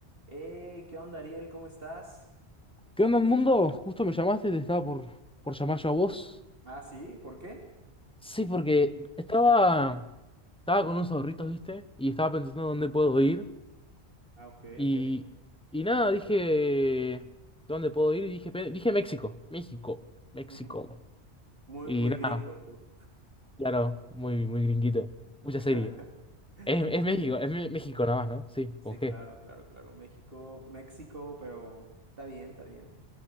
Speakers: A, on the right; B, in the centre.
A: Hey, ¿qué onda, Ariel? ¿Cómo estás?
B: ¿Qué onda, mundo? Justo me llamaste, te estaba por, por llamar yo a vos.
A: Ah, sí, ¿por qué?
B: Sí, porque estaba, estaba con unos ahorritos, ¿viste? Y estaba pensando dónde puedo ir.
A: Ah, ok,
B: Y,
A: ok.
B: y nada, dije, ¿dónde puedo ir? Y dije, pe- dije México, México, México.
A: Ujú. Muy,
B: Y
A: muy
B: nada,
A: gringo tú.
B: claro, muy, muy gringuito. Mucha
A: <laughs>
B: serie. Es, es México, es Me- México nada más, ¿no? Sí,
A: Sí,
B: ¿con qué?
A: claro, claro, claro. México, México, pero está bien, está bien.